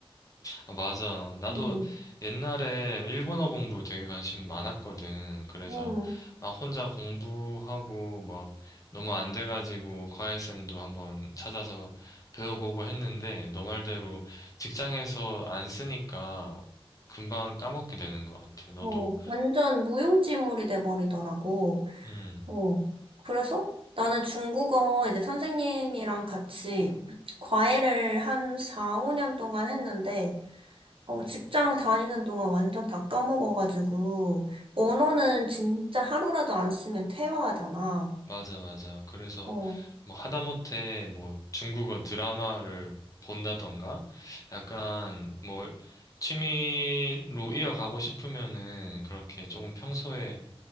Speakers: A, on the left (about 35°); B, on the right (about 60°).
A: 아, 맞아. 나도
B: 음,
A: 옛날에 일본어 공부 되게 관심 많았거든. 그래서
B: 음.
A: 막 혼자 공부하고 막 너무 안 돼가지고 과외쌤도 한번 찾아서 배워보고 했는데 너 말대로 직장에서 안 쓰니까 금방 까먹게 되는 것 같아. 너도,
B: 어, 완전 무용지물이 돼버리더라고.
A: 음,
B: 어, 그래서 나는 중국어 이제 선생님이랑 같이 과외를 한 4, 5년 동안 했는데, 어, 직장 다니는 동안 완전 다 까먹어가지고, 언어는 진짜 하루라도 안 쓰면 퇴화하잖아.
A: 맞아, 맞아. 그래서
B: 어,
A: 뭐 하다못해 뭐 중국어 드라마를 본다던가 약간 뭐 취미로 이어가고 싶으면은 그렇게 조금 평소에